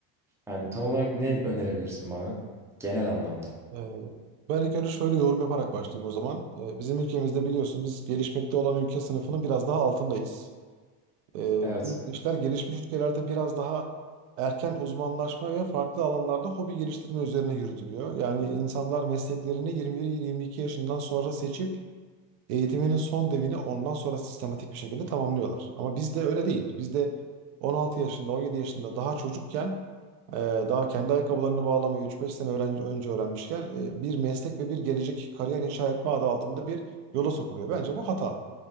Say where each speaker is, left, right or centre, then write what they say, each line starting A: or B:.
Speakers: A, in the centre; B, on the right.
A: Yani tam olarak ne önerebilirsin bana genel anlamda?
B: Ee, Ben ilk önce şöyle yorum yaparak başlayayım o zaman. Ee, Bizim ülkemizde biliyorsun biz gelişmekte olan ülke sınıfının biraz daha altındayız. Ee,
A: Evet.
B: Bu işler gelişmiş ülkelerde biraz daha erken uzmanlaşma ve farklı alanlarda hobi geliştirme üzerine yürütülüyor. Yani insanlar mesleklerini 21-22 yaşından sonra seçip eğitiminin son devini ondan sonra sistematik bir şekilde tamamlıyorlar. Ama bizde öyle değil. Bizde 16 yaşında, 17 yaşında daha çocukken ee, Daha kendi ayakkabılarını bağlamayı 3-5 sene öğren- önce öğrenmişken e, bir meslek ve bir gelecek kariyer inşa etme adı altında bir yola sokuluyor. Bence bu hata.